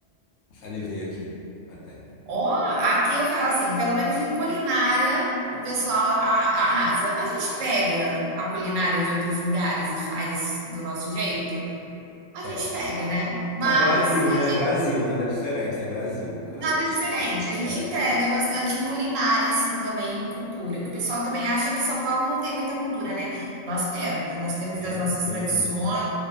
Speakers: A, on the left; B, on the right.
A: Salivei aqui. Até.
B: Ó, aqui eu falo assim, pelo menos em culinária, o pessoal a- arrasa. A gente pega a culinária de outros lugares e faz do nosso jeito? A
A: Pega.
B: gente pega, né. Mas
A: Mas Brasil,
B: a
A: né?
B: gen
A: Brasil, nada diferente. É Brasil.
B: nada
A: Ai,
B: diferente, a gente
A: É,
B: entrega bastante em culinária, assim, também em cultura, que o pessoal também acha que São Paulo não tem muita cultura, né. Nós temos, nós temos
A: tem
B: as nossas
A: sim.
B: tradições,